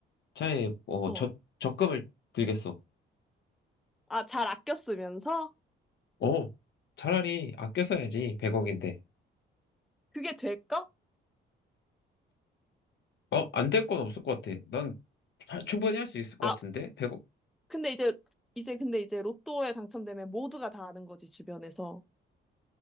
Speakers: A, on the left (about 60°); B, in the centre.
A: 차에 어,
B: 어.
A: 저, 적금을 들겠어.
B: 아, 잘 아껴 쓰면서?
A: 어, 차라리 아껴 써야지 100억인데.
B: 그게 될까?
A: 어, 안될 건 없을 것 같아. 난 하- 충분히 할 수 있을 것
B: 아,
A: 같은데 100억.
B: 근데 이제, 이제, 근데 이제 로또에 당첨되면 모두가 다 아는 거지, 주변에서.